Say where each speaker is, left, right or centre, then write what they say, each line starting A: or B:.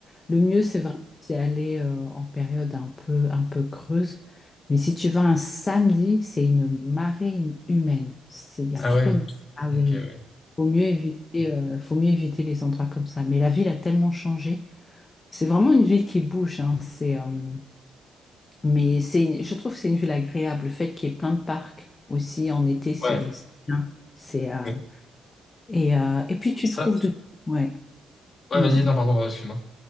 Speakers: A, on the left (about 30°); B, on the left (about 45°).
A: Le mieux, c'est vraiment d'y aller euh, en période un peu, un peu creuse. Mais si tu vas un samedi, c'est une marée humaine. C'est, il y a
B: Ah
A: trop
B: ouais?
A: de... Ah oui,
B: Ok, ouais.
A: faut mieux éviter, euh, faut mieux éviter les endroits comme ça. Mais la ville a tellement changé. C'est vraiment une ville qui bouge, hein. C'est, euh, mais c'est, une- je trouve que c'est une ville agréable. Le fait qu'il y ait plein de parcs aussi en été, c'est
B: Ouais.
A: c'est bien. C'est, euh,
B: mais-
A: et, euh, et puis tu
B: Ça,
A: trouves de... Ouais.
B: ouais,
A: Mmh.
B: vas-y, non, pardon, pardon, excuse-moi.